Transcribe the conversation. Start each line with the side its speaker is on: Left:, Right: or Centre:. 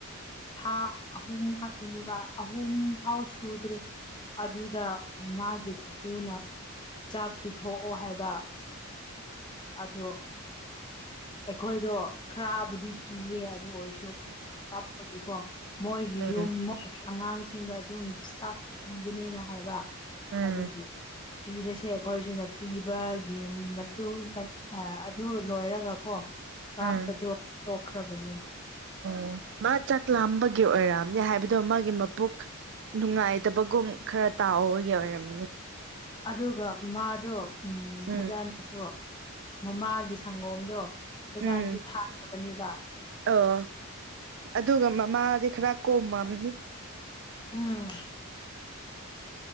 Left: ꯊꯥ ꯑꯍꯨꯝ ꯈꯛꯇꯅꯦꯕ ꯑꯍꯨꯝ ꯐꯥꯎ ꯁꯨꯗ꯭ꯔꯦ ꯑꯗꯨꯗ ꯃꯥꯒꯤ ꯄꯨꯄꯨꯅ ꯆꯥꯛ ꯄꯤꯊꯣꯛꯑꯣ ꯍꯥꯏꯕ ꯑꯗꯣ ꯑꯩꯈꯣꯏꯗꯣ ꯈꯔꯕꯨꯗꯤ ꯀꯤꯌꯦ ꯑꯗꯨ ꯑꯣꯏꯔꯁꯨ
Right: ꯎꯝ
Left: ꯀꯥꯦꯀꯣ ꯃꯣꯏꯒꯤ
Right: ꯎꯝ
Left: ꯌꯨꯝ ꯑꯉꯥꯡꯁꯤꯡꯗꯣ ꯑꯗꯨꯝ ꯆꯥꯛ ꯄꯤꯕꯅꯦꯅ ꯍꯥꯏꯕ
Right: ꯎꯝ
Left: ꯑꯗꯨꯒꯤ ꯄꯤꯔꯁꯦ ꯑꯩꯈꯣꯏ ꯁꯅ ꯄꯤꯕꯒꯤ ꯃꯇꯨꯡ ꯑꯗꯨ ꯂꯣꯏꯔꯒ ꯍꯣ ꯀꯥꯞꯄꯗꯣ
Right: ꯎꯝ ꯎꯝ
Left: ꯇꯣꯛꯈ꯭ꯔꯕꯅꯦ
Right: ꯑꯣ ꯃꯥ ꯆꯥꯛ ꯂꯥꯝꯕꯒꯤ ꯑꯣꯏꯔꯝꯅꯦ ꯍꯥꯏꯕꯗꯣ ꯃꯥꯒꯤ ꯃꯄꯣꯛ ꯅꯨꯡꯉꯥꯏ ꯠꯇꯕꯒꯨꯝ ꯈꯔ ꯇꯥꯕꯒꯤ ꯑꯣꯏꯔꯝꯃꯅꯤ
Left: ꯑꯗꯨꯒ ꯃꯥꯗꯣ ꯎ
Right: ꯎꯝ
Left: ꯐꯖꯅꯁꯨ ꯃꯃꯥꯒꯤ ꯁꯪꯒꯣꯝꯗꯣ ꯄꯖꯥꯅꯁꯨ
Right: ꯎꯝ
Left: ꯊꯥꯗꯕꯅꯦꯕ
Right: ꯑꯣ ꯑꯗꯨꯒ ꯃꯃꯥꯗꯤ ꯈꯔ ꯀꯣꯝꯃꯝꯅꯤ
Left: ꯎꯝ